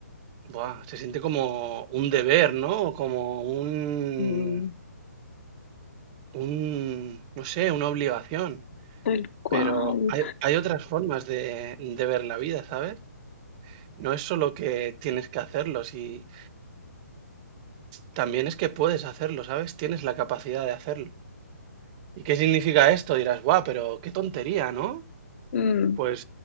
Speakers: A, on the right; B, on the left.
A: Buah, se siente como un deber, ¿no? Como un,
B: Mm,
A: un, no sé, una obligación.
B: tal cual.
A: Pero hay, hay otras formas de, de ver la vida, ¿sabes? No es solo que tienes que hacerlo, si también es que puedes hacerlo, ¿sabes? Tienes la capacidad de hacerlo. ¿Y qué significa esto? Dirás, guau, pero qué tontería, ¿no?
B: Mm,
A: Pues